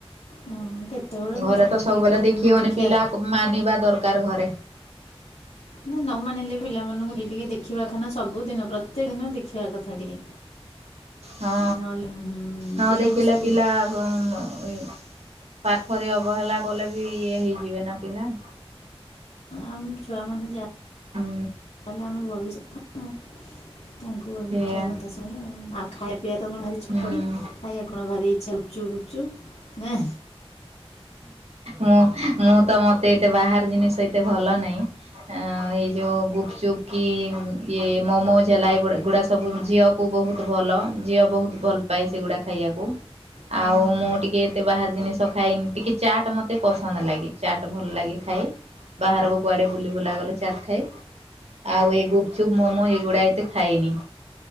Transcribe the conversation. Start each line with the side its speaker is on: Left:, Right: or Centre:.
Left: ହଁ। କେତେବେଳେ
Right: ଘରେ
Left: କଣ ସବୁବେଳେ
Right: ତ ସବୁବେଲ
Left: ଟିକେ ପିଲାମାନଙ୍କୁ
Right: ଦେଖି ହଉନି
Left: ଦେଖିବା
Right: ପିଲା ମାନିବା ଦର କାର ଘରେ
Left: ନା ନ ମାନିଲେ ପିଲାମାନଙ୍କୁ କିଏ ଟିକେ ଦେଖିବା କଥା ନା ସବୁଦିନ ପ୍ରତ୍ୟେକ ଦିନ ଦେଖିଆ କଥା ଟିକେ।
Right: ହଁ
Left: ନହେଲେ ହୁଁ
Right: ନ
Left: ପିଲାଙ୍କ
Right: ଦେଖିଲେ
Left: ସ୍କୁଲ
Right: ପିଲାକୁ ଉଁ ଏ ପାଠରେ ଅବହେଲା କଲେ ବି ଇଏ ହେଇଯିବେ ନା ପିଲା
Left: ଆମ ଛୁଆ ମାନେ ଯା
Right: ହୁଁ
Left: ତାହେଲେ ଆମେ ଭବିଷ ହଁ। ତାଙ୍କୁ
Right: ସେଇଆ
Left: ଦେଖିଆ କଥା ଶୁଣିବ। ଆ <inaudible> ପିଆ ତ କଣ ଭାରି ଚ
Right: ହୁଁ।
Left: ପଡି। ଖାଇଆ କଣ ଭାରି ଚାଲୁଛୁ ବୁଲୁଚୁ ନା।
Right: ମୁଁ ମୁଁ ତ ମତେ ଏତେ ବାହାର ଜିନିଷ ଏତେ ଭଲ ନାହିଁ। ଏଇ ଯୋଉ ଗୁପଚୁପ୍ କି ଇଏ ମୋମୋଜ ହେଲା ଏ ଗୁଡ଼ା ସବୁ ଝିଅକୁ ବହୁତ ଭଲ। ଝିଅ ବହୁତ ଭଲ ପାଏ ସେଗୁଡ଼ା ଖାଇବାକୁ।
Left: ହଁ
Right: ଆଉ ମୁଁ ଟିକେ ଏତେ ବାହାର ଜିନିଷ ଶୋ ଖାଏନି। ଟିକେ ଚାଟ୍ ମତେ ପସନ୍ଦ ଲାଗେ। ଚାଟ୍ ଭଲ ଲାଗେ ଖାଇ। ବାହାରକୁ କୁଆଡେ ବୁଲି ବୁଲା ଗଲେ ଚାଟ୍ ଖାଏ। ଆଉ ଏ ଗୁପଚୁପ୍ ମୋମୋ ଏଇଗୁଡା ଏତେ ଖାଏନି।